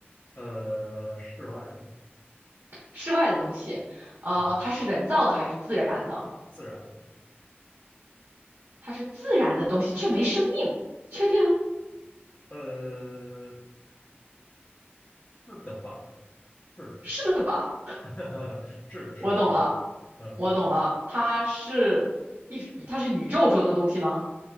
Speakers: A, on the left; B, on the right.
A: 呃，室外的，
B: 室外的东西，啊，
A: 呃，
B: 它是人造的还是自然的？
A: 自然的，
B: 它是自然的东西，却没生命，确定啊？
A: 呃，是的吧？是
B: 是的吧？
A: 的，<laughs> 是的，是的，
B: 我懂了，
A: 是的，呃，
B: 我懂了，它是一直，它是宇宙中的东西吗？